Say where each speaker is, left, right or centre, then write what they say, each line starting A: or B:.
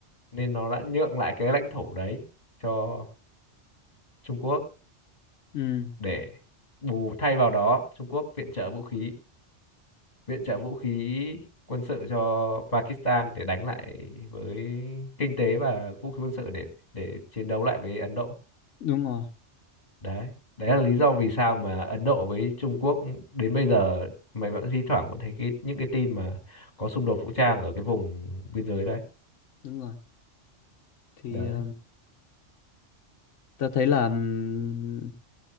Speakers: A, on the left; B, on the left.
A: nên nó đã nhượng lại cái lãnh thổ đấy cho Trung Quốc
B: ừ,
A: để bù thay vào đó Trung Quốc viện trợ vũ khí viện trợ vũ khí quân sự cho Pakistan để đánh lại với kinh tế và vũ khí quân sự để để chiến đấu lại với Ấn Độ
B: đúng rồi,
A: đấy đấy là lý do vì sao mà Ấn Độ với Trung Quốc đến bây giờ mày vẫn thi thoảng vẫn thấy cái những cái tin mà có xung đột vũ trang ở cái vùng biên giới đấy
B: đúng rồi. Thì
A: đấy
B: ờ, ta thấy là ừm,